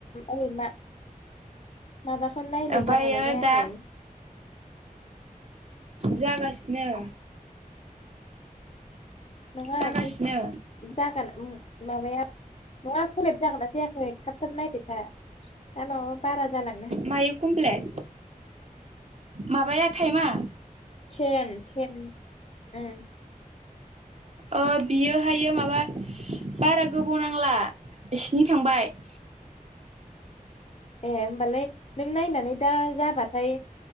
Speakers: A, on the left; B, on the right.
A: ओै मा माबाखौ नायलाय
B: ओमफ्रायो
A: जागोन ना जायाखै।
B: दा जागासिनो।
A: नङा
B: जागासिनो
A: बे जागोन माबाया नंङा जागोन नना जायाखै थाब थाब नायबायथा दा नंङा बा बारा जाना
B: मातो खमफ्लेट। माबाया टाइमा?
A: थेन थेन उम।
B: अ बियो हायो माबा बारा गोबाव नांला सिनि थांबाय। <inaudible>
A: ए होमबालाय नों नायनानै दा जाबाथाय